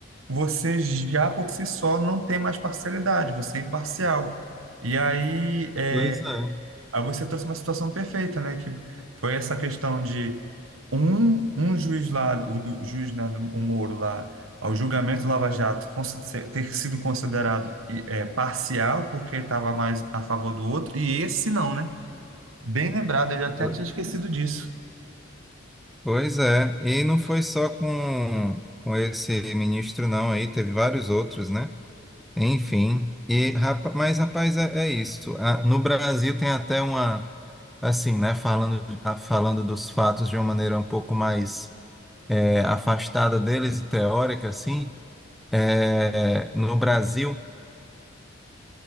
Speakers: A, on the right; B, in the centre.
A: você já por si só não tem mais parcialidade, você é imparcial. E aí, é,
B: Pois é.
A: Aí você trouxe uma situação perfeita, né? Que foi essa questão de um, um juiz lá, o, do- o juiz, né, do- o Moro lá, ao julgamento do Lava Jato cons- ser- ter sido considerado e, é, parcial, porque estava mais a favor do outro, e esse não, né? Bem lembrado, eu já até
B: Pois-
A: tinha esquecido disso.
B: Pois é, e não foi só com, com esse ministro, não, aí teve vários outros, né? Enfim, e, rapa- mas rapaz, é, é isso. Ah, no Brasil tem até uma, assim, né, falando, ah, falando dos fatos de uma maneira um pouco mais eh, afastada deles e teórica, assim, eh, no Brasil.